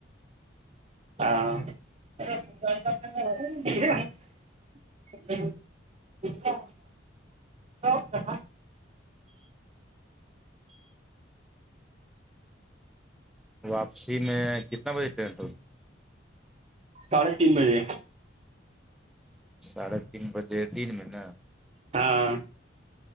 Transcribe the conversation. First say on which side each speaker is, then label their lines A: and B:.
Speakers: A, on the right; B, in the centre.
A: ہاں <unintelligible>
B: واپسی میں کتنا بجے ٹرین
A: ساڑھے تین بجے
B: ساڑھے تین بجے دن میں نا
A: ہاں